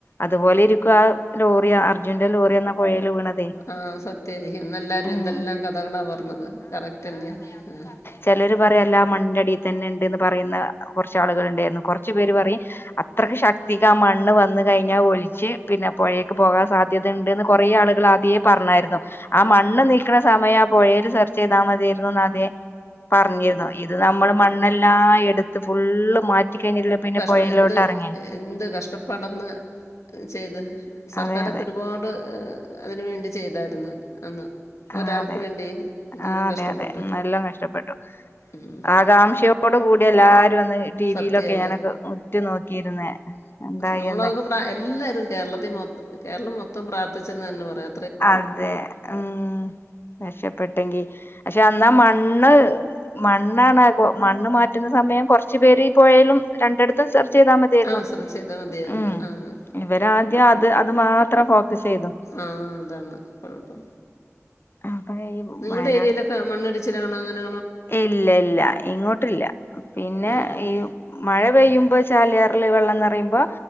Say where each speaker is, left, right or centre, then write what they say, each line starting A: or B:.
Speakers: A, on the left; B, on the left.
A: അതുപോലെ ഇരിക്കും ആ ലോറി അർ ജുന്റെ ലോറി അന്ന പുഴയിൽ വീണതേ
B: ആഹ് സത്യായിരിക്കാം അന്നെല്ലാരും
A: ഉം
B: എന്തെല്ലാം കഥകളാ പറഞ്ഞത് കറക്റ്റ് അല്ലേ ആഹ് അതെ അന്നു പറഞ്ഞ
A: ചിലർ പറയാല്ല ആ മണ്ണിന്റെ അടിയിൽ തന്നെ ഉണ്ട്ന്ന് പറയുന്ന കുറച്ചു ആളുകൾ ഉണ്ടായിരുന്നു കുറച്ചു പേര് പറയും അത്രയ്ക്ക്
B: കുറച്ചാളുകൾ
A: ശക്തിക്ക്
B: ഉണ്ടായിരുന്നു കുറച്ചു പേര് പറയും
A: ആ മണ്ണ് വന്ന് കഴിഞ്ഞാൽ ഒലിച്ച് പിന്നെ പുഴേക്ക് പോകാൻ സാധ്യത ണ്ട്ന്ന് കുറേ ആളുകൾ ആദ്യേ പറഞ്ഞായിരുന്നു ആ മണ്ണ് നീക്കണ സമയം ആ പുഴയിൽ സെർച്ച് ചെയ്താൽ മതിയായിരുന്നു അതെ പറഞ്ഞിരുന്നു ഇത് നമ്മള് മണ്ണെല്ലാം എടുത്ത് ഫുള്ള് മാറ്റിക്കഴിഞ്ഞില്ല പിന്നെ പുഴയിലോട്ട്
B: ഇപ്പ എന്ത്
A: ഇറങ്ങിയേ
B: എന്ത് കഷ്ടപ്പാടന്ന് ചെയ്ത് സർക്കാരൊക്കെ
A: അതെ അതെ
B: ഒരുപാട് അതിന് വേണ്ടി ചെയ്തായിരുന്നു അന്ന് ഒരാൾക്ക്
A: ആഹ് അതെ
B: വേണ്ടി എന്തോരം
A: ആഹ്
B: കഷ്ടപ്പെട്ട്
A: അതെ അതെ എല്ലാം കഷ്ടപ്പെട്ടു
B: ഉം
A: ആകാംക്ഷയോ ട് കൂടി എല്ലാരും അന്ന് ടിവിയിലൊക്കെ
B: സത്യം
A: ഞാനൊക്കെ ഉറ്റു നോക്കിയിരുന്നേ എന്തായി
B: നമ്മളൊക്കെ
A: എന്തായി
B: പ്ര എല്ലാവരും കേരളത്തി മൊം കേരളം മൊത്തം പ്രാർത്ഥിച്ചെന്ന് തന്നെ പറയാ
A: അതെ ഉം രക്ഷപ്പെട്ടെങ്കി പക്ഷെ അന്നാ മണ്ണ് മണ്ണാണ് മണ്ണ് മാറ്റുന്ന സമയം കൊറച്ചു പേര് ഈ പൊയേലും രണ്ടിടത്തും സെർ ചെയ്താൽ മതിയായിരുന്നു
B: ആഹ് ശ്രദ്ധിച്ചാൽ മതിയായിരുന്നു
A: ഉം
B: ആഹ്
A: ഇവര് ആദ്യം അത് അത് മാത്രം ഫോക്കസ് ചെയ്തു
B: ആഹ് അതാണ് കൊഴപ്പം
A: അപ്പൊ ഈ
B: നിങ്ങളുടെ
A: വയനാട്
B: ഏരിയയിലൊക്കെ മണ്ണടിച്ചിലണം അങ്ങനെ
A: ഇല്ല ഇല്ല ഇങ്ങോട്ടില്ല പിന്നെ
B: ആഹ്
A: ഈ മഴ പെയ്യുമ്പോ ചാലിയാറില് വെള്ളം നിറയുമ്പോ